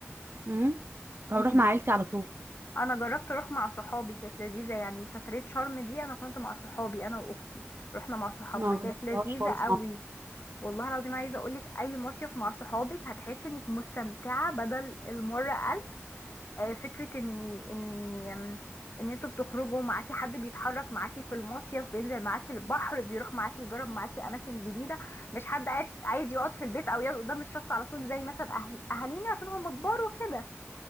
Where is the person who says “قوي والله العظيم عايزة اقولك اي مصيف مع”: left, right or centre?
Left